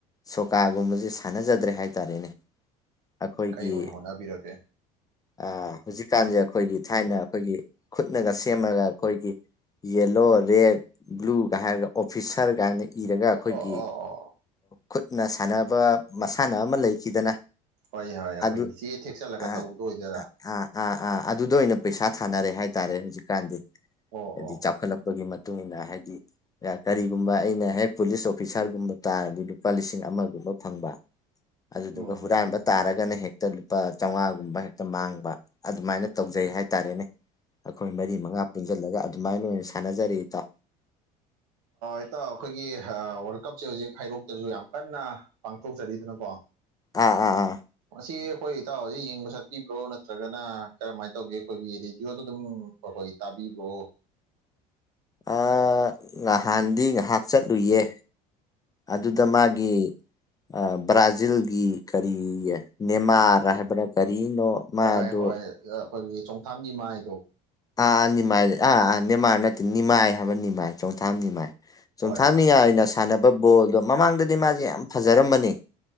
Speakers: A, on the left; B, on the right.
A: ꯁꯣꯀꯥꯒꯨꯝꯕꯁꯦ ꯁꯥꯟꯅꯖꯗ꯭ꯔꯦ ꯍꯥꯏꯇꯥꯔꯦꯅꯦ ꯑꯩꯈꯣꯏꯒꯤ
B: ꯀꯩ ꯑꯣꯏꯅ ꯍꯣꯠꯅꯕꯤꯔꯒꯦ
A: ꯑꯥ ꯍꯧꯖꯤꯛꯀꯥꯟꯁꯦ ꯑꯩꯈꯣꯏꯒꯤ ꯊꯥꯏꯅ ꯑꯩꯈꯣꯏꯒꯤ ꯈꯨꯠꯅꯒ ꯁꯦꯝꯃꯒ ꯑꯩꯈꯣꯏꯒꯤ ꯌꯦꯜꯂꯣ ꯔꯦꯠ ꯕ꯭ꯂꯨ ꯀ ꯍꯥꯏꯔꯒ ꯑꯣꯐꯤꯁꯔ ꯀꯥꯏꯅꯤ ꯏꯔꯒ ꯑꯩꯈꯣꯏꯒꯤ
B: ꯑꯣ ꯑꯣ ꯑꯣ ꯑꯣ
A: ꯈꯨꯠꯅ ꯁꯥꯟꯅꯕ ꯃꯁꯥꯟꯅ ꯑꯃ ꯂꯩꯈꯤꯗꯅ
B: ꯍꯣꯏ ꯍꯣꯏ ꯑꯩꯈꯣꯏꯒꯤ
A: ꯑꯗꯨ
B: ꯆꯦ ꯊꯦꯛꯆꯜꯂꯒ
A: ꯑ
B: ꯇꯧꯕꯗꯣ ꯑꯣꯏꯗꯣꯏꯔꯥ
A: ꯑꯥ ꯑꯥ ꯑꯥ ꯑꯗꯨꯗ ꯑꯣꯏꯅ ꯄꯩꯁꯥ ꯊꯥꯅꯔꯦ ꯍꯥꯏꯇꯥꯔꯦ ꯍꯧꯖꯤꯛꯀꯥꯟꯗꯤ
B: ꯑꯣ
A: ꯍꯥꯏꯗꯤ
B: ꯑꯣ
A: ꯆꯥꯎꯈꯠꯂꯛꯄꯒꯤ ꯏꯟꯅ ꯍꯥꯏꯗꯤ ꯀꯔꯤꯒꯨꯝꯕ ꯑꯩꯅ ꯍꯦꯛ ꯄꯨꯂꯤꯁ ꯑꯣꯐꯤꯁꯥꯔꯒꯨꯝꯕ ꯇꯥꯔꯗꯤ ꯂꯨꯄꯥ ꯂꯤꯁꯤꯡ ꯑꯃꯒꯨꯝꯕ ꯐꯪꯕ ꯑꯗꯨꯗꯨꯒ
B: ꯎꯝ
A: ꯍꯨꯔꯥꯟꯕ ꯊꯥꯔꯒꯅ ꯍꯦꯛꯇ ꯂꯨꯄꯥ ꯆꯥꯝꯃꯉꯥꯒꯨꯝꯕ ꯍꯦꯛꯇ ꯃꯥꯡꯕ ꯑꯗꯨꯃꯥꯏꯅ ꯇꯧꯖꯩ ꯍꯥꯏꯇꯥꯔꯦꯅꯦ ꯑꯩꯈꯣꯏ ꯃꯔꯤ ꯃꯉꯥ ꯄꯨꯟꯁꯤꯜꯂꯒ ꯑꯗꯨꯃꯥꯏꯅ ꯑꯣꯏꯅ ꯁꯥꯟꯅꯖꯔꯗ
B: ꯏꯇꯥ ꯑꯩꯈꯣꯏꯒꯤ ꯋꯥꯔꯜ ꯀꯞꯁꯦ ꯍꯧꯖꯤꯛ ꯍꯥꯏꯔꯣꯛ ꯇꯁꯨ ꯌꯥꯝ ꯀꯟꯅ ꯄꯥꯡꯊꯣꯛꯆꯔꯤꯗꯅꯀꯣ
A: ꯑꯥ ꯑꯥ ꯑꯥ
B: ꯑꯁꯤ ꯑꯩꯈꯣꯏ ꯏꯇꯥꯎꯖꯤꯛ ꯌꯦꯡꯕ ꯆꯠꯄꯤꯕ꯭ꯔꯣ ꯅꯠꯇ꯭ꯔꯒꯅ ꯀꯔꯝꯍꯥꯏꯅ ꯇꯧꯒꯦ ꯑꯩꯈꯣꯏꯒꯤ ꯔꯦꯗꯤꯌꯑꯣꯗ ꯑꯗꯨꯝ ꯑꯩꯣꯏ ꯇꯥꯕꯤꯕꯨ
A: ꯑ ꯉꯍꯥꯟꯗꯤ ꯉꯥꯏꯍꯥꯛ ꯆꯠꯂꯨꯌꯦ ꯑꯗꯨꯗ ꯃꯥꯒꯤ ꯑ ꯕ꯭ꯔꯥꯖꯤꯜꯒꯤ ꯀꯔꯤ ꯅꯦꯃꯥꯔ ꯍꯥꯏꯕꯅ ꯀꯔꯤ ꯑꯅꯣ ꯃꯥ
B: ꯍꯣꯏ
A: ꯑꯗꯨ
B: ꯍꯣꯏ ꯑꯩꯈꯣꯏꯒꯤ ꯆꯣꯡꯊꯥꯝꯒꯤ ꯃꯥꯏꯗꯣ
A: ꯑꯥ ꯑꯥ ꯅꯤꯃꯥꯏ ꯑꯥ ꯑꯥ ꯅꯦꯃꯥꯔ ꯅꯠꯇꯦ ꯅꯤꯃꯥꯏ ꯍꯥꯏꯕ ꯅꯤꯃꯥꯏ ꯆꯧꯊꯥ ꯅꯤꯃꯥꯏ ꯆꯣꯡꯊꯥꯅꯤꯉꯥꯏꯅ
B: ꯍꯣꯏ ꯍꯣꯏ
A: ꯁꯥꯟꯅꯕ ꯕꯣꯜꯗꯣ ꯃꯃꯥꯡꯗꯗꯤ ꯃꯥꯁꯦ ꯌꯥꯝ ꯐꯖꯔꯝꯕꯅꯤ